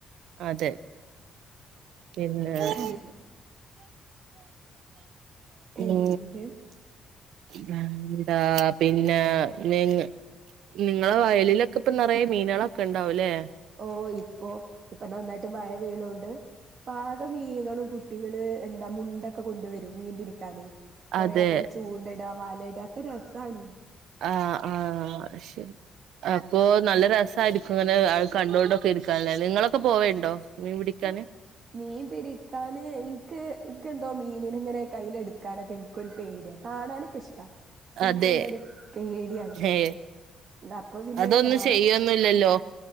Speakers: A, on the right; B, on the right.
A: അതെ പിന്നെ
B: അതെ എന്നിട്ട്
A: ഉ
B: <inaudible>
A: വന്താ പിന്നെ നി നിങ്ങളെ വയലിലൊക്കെ ഇപ്പം നിറയ മീനുകളൊക്കെ ഉണ്ടാവല്ലേ
B: ഓ ഇപ്പോൊ ഇപ്പൊ നന്നായിട്ട് മഴ വീണോണ്ട് പാക മീനുകളും കുട്ടികള് എന്താ മുണ്ടൊക്കെ കൊണ്ടുവരും മീൻ പിടിക്കാന്െ കുറെേ
A: അതെ
B: ആൾക്കാാര് ചൂണ്ട ഇടാ വാലയിട ഒക്കെ രസമാണ്
A: ആഹ ആഹ ശരി അപ്പൊ നല്ല രസമായി ഇങ്ങനെ കണ്ടുകൊണ്ടൊക്കെ ഇരിക്കാന നിങ്ങളൊക്കെ പോവേണ്ടോ നീ പിടിക്കാാന്
B: മീൻ പിടിക്കാന് എനിക്ക് എെന്തോ മീനിന ഇങ്ങനെ കയ്യിൽ എടുക്കാനൊക്കെ എനിക്കൊരു പേടിയാ കാണാനൊക്കെഷ്ടാ എനക്ക്
A: അതെ
B: എന്ത ഒരു പേടിയാണ്
A: ഏ
B: അപ്പൊ പിന്നെ
A: അതൊന്നും
B: ഞാന്
A: ചെയ്യൊന്നില്ലല്ലോ